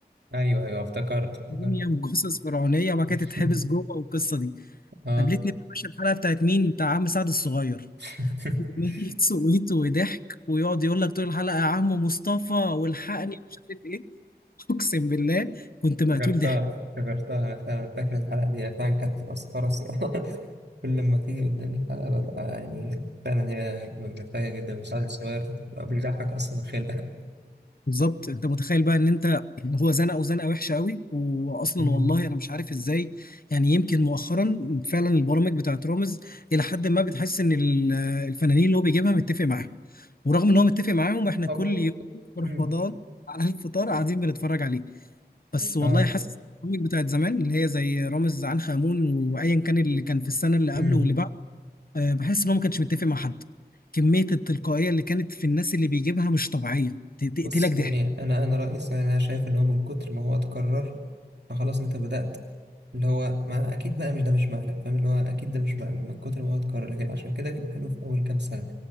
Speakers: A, on the right (about 85°); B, on the left (about 60°).
A: ايوه ايوه افتكرت افتكرت
B: موميا وجثث فرعونيه وبعد
A: <laughs>
B: كده تتحبس جوه والقصه دي
A: اه
B: قابلتني بقى يا باشا الحلقه بتاعت مين بتاع عم سعد الصغير
A: <laughs>
B: كمية سويت وضحك ويقعد يقول لك طول الحلقه يا عم مصطفى والحقني مش عارف ايه <laughs> اقسم بالله كنت مقتول
A: افتكرتها
B: ضحك
A: افتكرتها انا فعلا فاكر الحلقه دي هي فعلا كانت مسخره الصراحة. <laughs> كل لما تيجي قدامي الحلقه ببقى يعني فعلا هي مضحكه جدا المساعد الصغير بيبقى بيضحك اصلا خلقه
B: بالظبط انت متخيل بقى ان انت هو زنقه وزنقه وحشه قوي واصلا
A: مم.
B: والله انا مش عارف ازاي يعني يمكن مؤخرا فعلا البرامج بتاعت رامز الى حد ما بتحس ان ال- الفنانين اللي هو بيجيبها متفق معاهم ورغم ان هو متفق معاهم احنا
A: <laughs>
B: كل
A: أو-
B: يوم في رمضان
A: مم.
B: على الفطار قاعدين بنتفرج عليه بس والله
A: اه
B: حاسس البرامج بتاعت زمان اللي هي زي رامز عنخ آمون وايا كان اللي كان في السنه اللي
A: مم.
B: قبله واللي بعده آه، بحس ان هو ما كانش متفق مع حد كميه التلقائيه اللي كانت في الناس اللي بيجيبها مش طبيعيه ت- تقتلك
A: بص يعني
B: ضحك
A: انا انا رأيي الصراحة انا شايف ان هو من كتر ما هو اتكرر فخلاص انت بدأت اللي هو ما اكيد بقى مش ده مش مقلب فاهم اللي هو اكيد ده مش مقلب من كتر ما هو اتكرر لكن عشان كده كان حلو في اول كام سنة